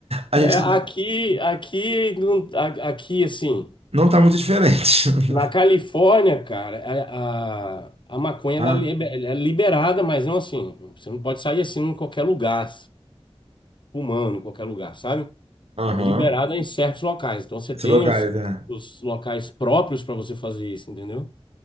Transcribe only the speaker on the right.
A
gente
não está muito diferente. <laughs>
Ah,
aham.
Esses
lugares,
é.